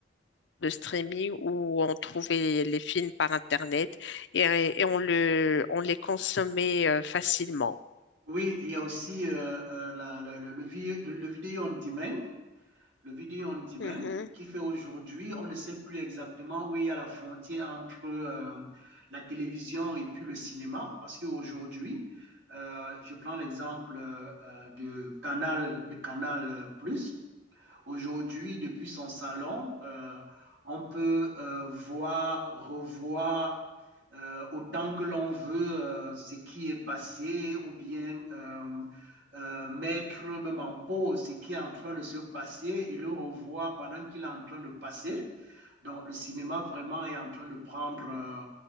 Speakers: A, on the left; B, on the right.
A: de streaming où on trouvait les films par Internet et, et on le, on les consommait euh, facilement.
B: Oui, il y a aussi euh, euh, la- le, le- le vi- le vidéo on demand, le vidéo on demand,
A: Mhm.
B: qui fait aujourd'hui, on ne sait plus exactement où il y a la frontière entre euh, la télévision et puis le cinéma, parce qu'aujourd'hui, euh, je prends l'exemple euh, euh, de Canal, de Canal+, Plus. Aujourd'hui, depuis son salon, euh, on peut euh, voir, revoir euh, autant que l'on veut euh, ce qui est passé ou bien euh, euh, mettre même en pause ce qui est en train de se passer et le revoir pendant qu'il est en train de passer. Donc, le cinéma vraiment est en train de prendre euh,